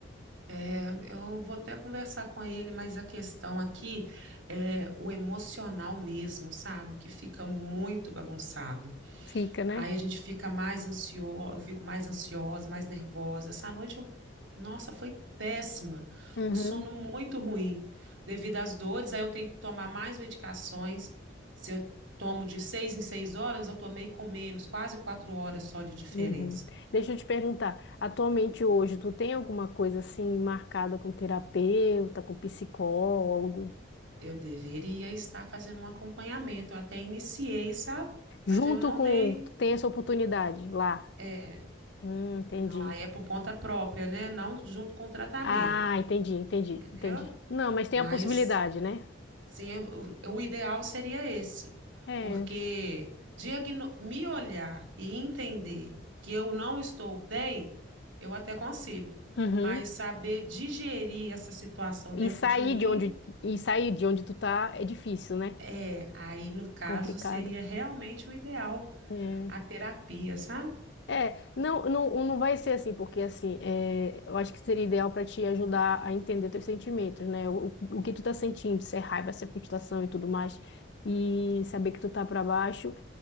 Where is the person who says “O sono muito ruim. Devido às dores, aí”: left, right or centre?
Right